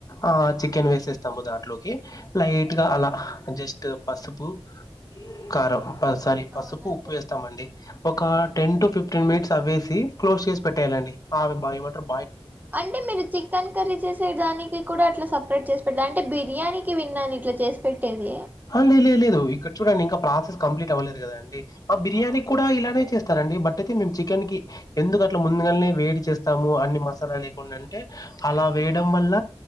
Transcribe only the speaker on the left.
ఆ చికెన్ వేసేస్తాము దాంట్లో ఓే లైట్ గా అలా జస్ట్ పసుపు కారం సారీ పసుపు
ఉప్పు వేస్తామండి ఒక
టెన్ టు ఫిఫ్టీన్ మినిట్స్ తవ్వేసి క్లోజ్ చేసి పెట్టేయాలండి బావి బా ఏమంట్రు
లే లే లేదు ఇక్కడ చూడండి ఇంకా ప్రాసెస్ కంప్లీట్ అవ్వలేదు కదా అండి ఆ బిర్యానీ
కూడా ఇలానే చేస్తా స్తారండి బట్ అయితే మేము చికెన్ కి ఎందుకు అట్లా ముందుగానే వేడి చేస్తాము అన్ని మసాలా లేకుండా అంటే అలా వేయడం వల్ల